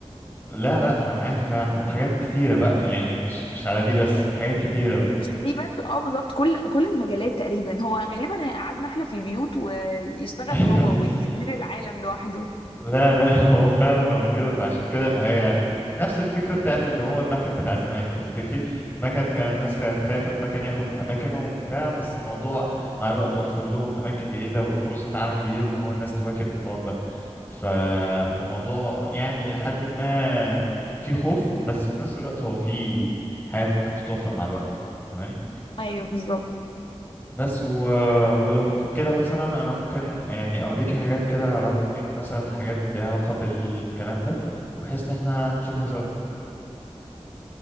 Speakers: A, on the left; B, on the left.
A: لا لا انا معاكي فعلا وحاجات كتيرة بقى يعني مش مش على دي بس حاجات كتيرة بقى
B: مش دي بس اه بالظبط كل كل المجالات تقريبا هو غالبا هيقعدنا احنا في البيوت ويشتغل
A: <laughs>
B: هو ويدير العالم لوحده
A: لا لا <laughs> هو فعلا هو كده فعشان كده هي نفس الفكرة بتاعت اللي هو المكن بتاع زمان لو تفتكري المكن كان الناس كانت خايفة المكن ياخد من أماكنهم وبتاع بس الموضوع مع الوقت وفر لهم أماكن جديدة وفرصة عمل جديدة إن هو الناس تواكب الحوار ده فالموضوع يعني إلى حد ما في خوف بس في نفس الوقت هو في حاجات ممكن تتوفر مع الوقت فاهماني
B: ايوه بالظبط
A: بس و... ولو في كده مثلا انا ممكن يعني اوريكي حاجات كده ابعتلك لينك مثلا لحاجات ليها علاقة بالكلام ده وبحيث ان احنا نشوفها سوا